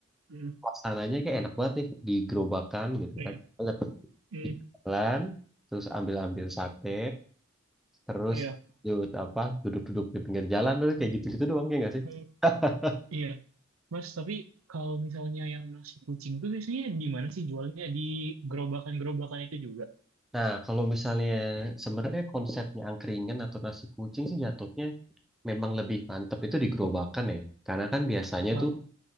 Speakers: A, on the right; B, in the centre.
A: Hmm,
B: suasananya kayak enak banget nih di gerobakan gitu
A: iya,
B: kan dapet
A: Hmm,
B: di jalan terus ambil-ambil sate terus
A: iya.
B: duduk apa duduk-duduk di pinggir jalan terus kayak gitu-gitu doang ya nggak sih
A: Mm.
B: <laughs>
A: Iya, Mas, tapi kalau misalnya yang nasi kucing tuh biasanya di mana sih jualnya? Di gerobakan-gerobakan itu juga.
B: Nah, kalau misalnya sebenarnya konsepnya angkringan atau nasi kucing sih jatuhnya memang lebih mantep itu di gerobakan ya. Karena kan biasanya
A: Wow.
B: tuh